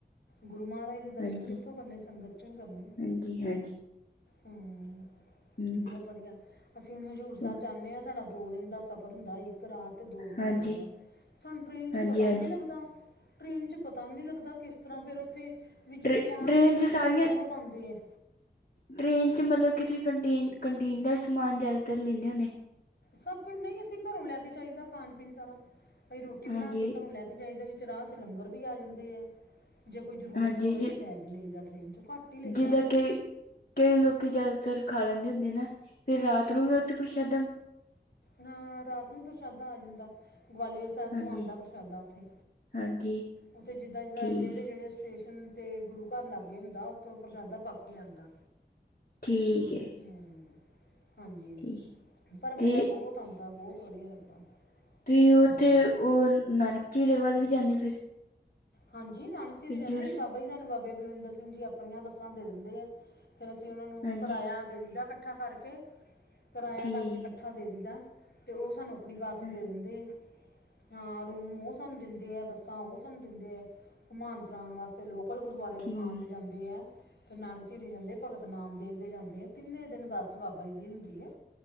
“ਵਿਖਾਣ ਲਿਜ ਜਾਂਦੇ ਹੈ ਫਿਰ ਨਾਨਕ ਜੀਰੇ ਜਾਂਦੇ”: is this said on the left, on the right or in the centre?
Left